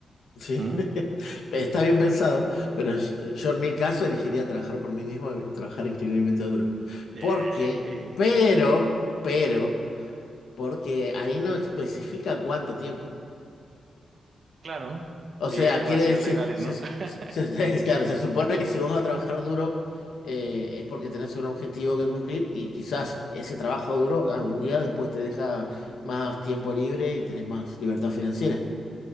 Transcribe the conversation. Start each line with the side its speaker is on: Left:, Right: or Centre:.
Left: sí.
Right: ¿Mm?
Left: <laughs> Está bien pensado, pero yo, yo en mi caso elegiría trabajar por mí mismo y trabajar increíblemente duro.
Right: Eh,
Left: Porque,
Right: eh,
Left: pero, pero, porque ahí no especifica cuánto tiempo.
Right: Claro,
Left: O
Right: eh,
Left: sea, quiere
Right: vacíos
Left: decir,
Right: legales,
Left: se-
Right: ¿no?
Left: se-
Right: <laughs>
Left: se- <laughs> claro, se supone que si vos vas a trabajar duro eh, es porque tenés un objetivo que cumplir y quizás ese trabajo duro algún día después te deja más tiempo libre y tenés más libertad financiera.